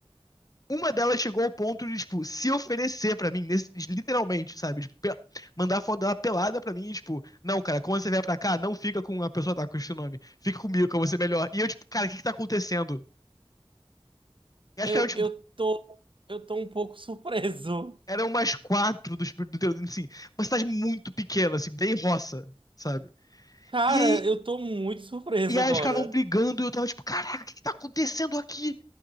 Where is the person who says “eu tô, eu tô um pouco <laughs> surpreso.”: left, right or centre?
Right